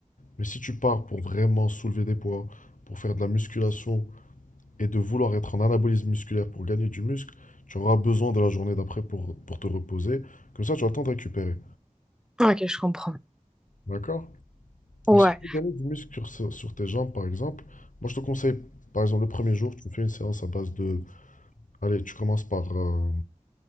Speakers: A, on the left; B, in the centre.
A: Mais si tu pars pour vraiment soulever des poids, pour faire de la musculation et de vouloir être en anabolisme musculaire pour gagner du muscle, tu auras besoin de la journée d'après pour, pour te reposer. Comme ça, tu as le temps de récupérer.
B: ok, je comprends.
A: D'accord?
B: Ouais,
A: Donc, si tu veux gagner du muscle sur, sur- sur tes jambes, par exemple, moi je te conseille, par exemple, le premier jour, tu fais une séance à base de. Allez, tu commences par, euh,